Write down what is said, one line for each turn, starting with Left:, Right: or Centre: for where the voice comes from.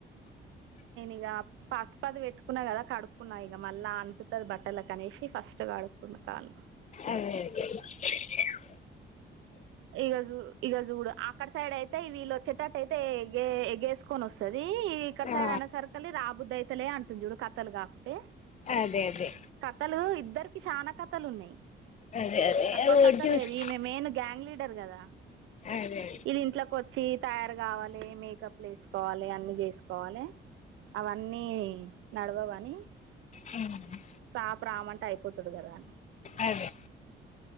Right: ఇక పసుపాది పెట్టుకున్నా కదా కడుక్కున్నా ఇక మళ్ళా అంటుతుంది బట్టల కనేసి ఫస్ట్ కడుక్కున్న కాళ్లు
Left: అదే <unintelligible>
Right: ఇగ జూ ఇగ చూడు అక్కడ సైడ్ అయితే వీళ్ళ వచ్చేటట్టటు అయితే గేసుకొని వస్తుది ఇక్కడ సైడ్
Left: ఆ
Right: అన్న సర్కల్ రాబుద్దు అయితలే అంటుంది చూడు కథలు కాక అంటే
Left: అదే అదే
Right: కథలు ఇద్దరికి చానా కథలు ఉన్నాయి
Left: అదే అదే
Right: తక్కువ
Left: ఓటి
Right: కథ
Left: చూసి
Right: లేదు ఈమె మెయిన్ గ్యాంగ్లీడ్ కదా
Left: అదే
Right: ఇది ఇంట్లోకి వచ్చి తయారు కావాలి మ కప్పులు వేసుకోవాలి అన్నీ చేసుకోవాలి అవన్నీ నడవవని
Left: ఉ <unintelligible>
Right: ఆ ప్ర రామంట అయిపోతుంది కదా అని
Left: అదే